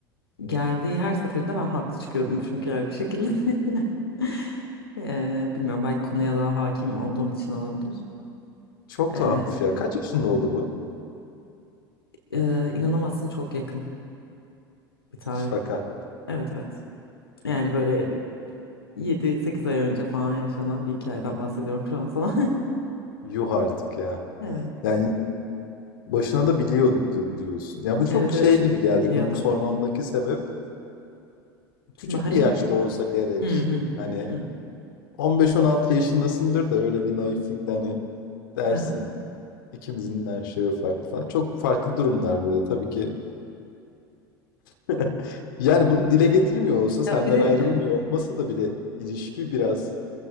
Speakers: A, on the left; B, on the left.
A: Geldiği her seferinde ben haklı çıkıyordum çünkü yani bir şekilde. <laughs> Eee, bilmiyorum belki konuya daha hakim olduğum için olabilir.
B: Çok
A: Eee,
B: tuhafmış ya. Kaç yaşında oldu bu?
A: eee, inanamazsın çok yakın bir tarih.
B: Şaka.
A: Evet evet. Yani böyle yedi sekiz ay önce falan yaşanan bir hikayeden bahsediyorum şu an sana.
B: Yuh artık ya.
A: <laughs> Evet.
B: Yani başına da biliyordu diyorsun. Ya bu çok
A: Evet
B: şey
A: evet.
B: gibi geldi.
A: Ya
B: Bunun
A: da.
B: sormamdaki sebep küçük
A: Bahane
B: bir yaşta
A: gibi mi?
B: olsa gerek.
A: Hı hı.
B: Hani
A: Hı.
B: 15-16 yaşındasındır da öyle bir naiflikle hani dersin
A: Aha.
B: ikimizin yaşları farklı falan. Çok farklı durumlar burada tabii ki. <laughs> Yani bunu dile getirmiyor olsa
A: Ya
B: senden
A: bir de
B: ayrılmıyor olmasa da bile ilişki biraz